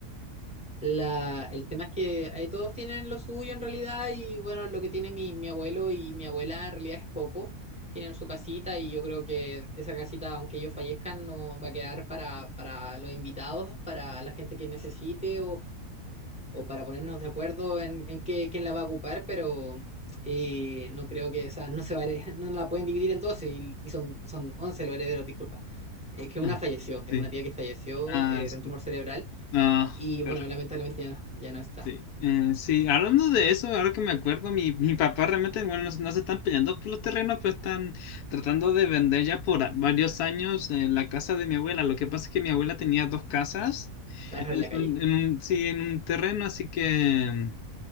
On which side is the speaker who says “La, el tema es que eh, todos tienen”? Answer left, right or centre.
Centre